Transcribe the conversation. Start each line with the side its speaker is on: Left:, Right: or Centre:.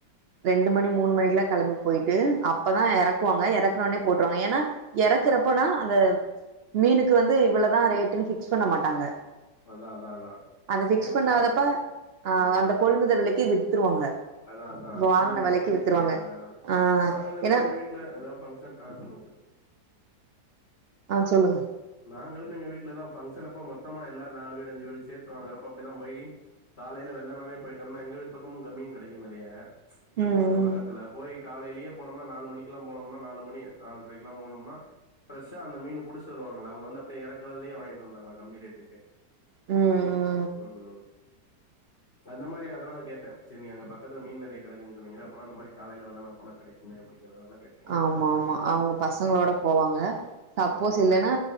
Right: ரெண்டு மணி மூணு மணிக்குல்லா கெளம்பி போயிட்டு அப்பதா எறக்குவாங்க எறக்குனோனே போட்டுருவாங்க ஏன்னா எறக்குறப்போனா அந்த மீனுக்கு வந்து இவ்வளோதா ரேட்டுன்னு பிக்ஸ் பண்ண மாட்டாங்க
Left: அதா அதா அதா
Right: அத பிக்ஸ்
Left: ஏல
Right: பண்ணாதப்பா
Left: மாரி
Right: ஆ
Left: ம்
Right: அந்த கொள்முதல் விலைக்கு வித்துருவாங்க
Left: அதா அதா அப்ப
Right: வாங்குன
Left: வந்து பிக்ஸ்
Right: வெலைக்கு
Left: பண்ணிருக்க
Right: வித்துருவாங்க
Left: மாட்டாங்க அதா
Right: ஆ
Left: நாங்களுமே
Right: ஏன்னா
Left: எங்க வீட்டு இல்ல ஏதாவது பங்க்ஷன் ஆ சொல்லுங்க சொல்லு
Right: ஆ சொல்லுங்க
Left: நாங்களுமே எங்க வீட்டுலதா பங்க்ஷன் அப்ப மொத்தமா எல்லாரு நாலு வீடு அஞ்சு வீடு சேத்து வாங்கறப்ப அப்டிதா போய் காலையில வெள்ளண்ணாவே போயிட்டோம்னா எங்க வீட்டு பக்கமு கம் மீன் கிடைக்கு நெறைய
Right: ம்
Left: கொஞ்சோ பக்கத்துல போய் காலையிலேயே போனம்னா நாலு மணிக்கெல்லா போனம்னா நாலு மணி நால்ரைக்குலா போனம்னா ஃபிரஷ் ஆ அந்த மீன் புடி வாங்களா அவுங்க வந்து அப்டியே இறக்குகறதுலயே வாங்கிட்டு வந்துரலா கம்மி ரேட்டுக்கே
Right: ம் ம்
Left: ம் ம் அந்த மாரி அதனால கேட்டே சேரி நீங்க பக்கத்துல மீன் நெறைய கிடக்குன்னு சொன்னீங்களா அப்பனா அந்த மாரி காலைல வெள்ளனா போனா கிடைக்கு மே அப்டிங்களால கேட்
Right: ஆமா ஆமா அவ்ங்க பசங்களோட போவாங்க சப்போஸ்
Left: ஓகே
Right: இல்லன்னா